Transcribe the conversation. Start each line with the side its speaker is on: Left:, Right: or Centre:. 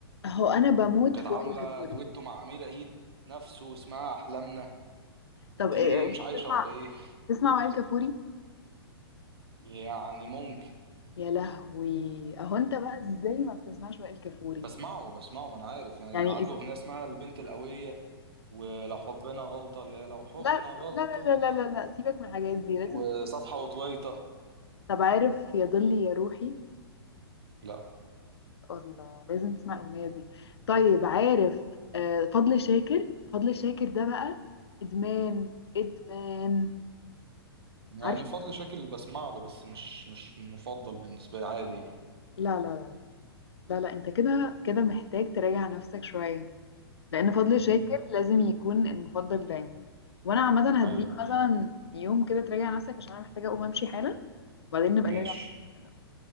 Left: أهو أنا بموت
Right: وكانت
Left: في
Right: عامله
Left: وائل كفوري
Right: دويتو مع امير عيد نفسه اسمها احلامنا
Left: طب
Right: انت
Left: إيه،
Right: ايه
Left: أنت
Right: مش عايشه
Left: بتسمع
Right: ولا ايه
Left: بتسمع وائل كفوري
Right: يعني ممكن
Left: يا لهوي اهو انت بقى ازاي ما بتسمعش بقى الكافوري
Right: بسمعه بسمعه ما انا عارف يعني
Left: يعني
Right: عنده
Left: إز...
Right: اغنيه اسمها البنت القويه ولو حبنا غلطة اللي هي لو حبنا
Left: لا
Right: غلطة
Left: لا لا لا لا لا سيبك من الحاجات دي لازم
Right: وصفحة وطويطة
Left: طب عارف يا ضلي يا روحي
Right: لا
Left: الله لازم تسمع الاغنيه دي طيب عارف آه فضل شاكر فضل شاكر ده بقى ادمان ادمان
Right: يعني
Left: عارفه
Right: فضل شاكر بسمع له بس مش مش مفضل بالنسبة لي عادي يعني
Left: لا لا لا لا لا لا انت كده كده محتاج تراجع نفسك شويه لان فضل
Right: امم
Left: شاكر لازم يكون المفضل دايما وانا عامه هديك
Right: ايوه
Left: مثلا يوم كده تراجع نفسك عشان انا محتاجه اقوم امشي حالا وبعدين نبقى
Right: ماشي
Left: نرجع نشوف.